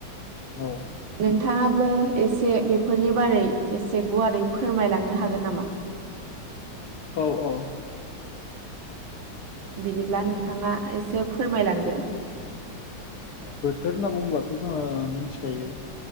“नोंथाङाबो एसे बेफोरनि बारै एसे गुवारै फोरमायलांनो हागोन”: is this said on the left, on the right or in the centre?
Right